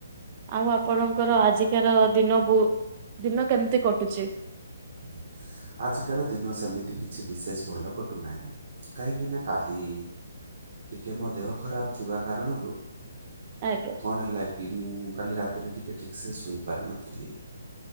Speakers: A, on the right; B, on the right.
A: ଆଉ ଆପଣଙ୍କର ଆଜିକାର ଦିନ ବୋ ଦିନ କେମିତି କଟୁଚି?
B: ହ ଆଜିକାର ଦିନ ସେମିତି କିଛି ବିଶେଷ ଭଲ କଟୁନାହିଁ। କାହିଁକି ନା କାଲି ଟିକେ ମୋ ଦେହ ଖରାପ ଥିବା କାରଣରୁ
A: ଆଜ୍ଞା।
B: କଣ ହେଲା କି ମୁଁ କାଲି ରାତିରେ ଟିକେ ଠିକ୍ ସେ ଶୋଇପାରିନଥିଲି।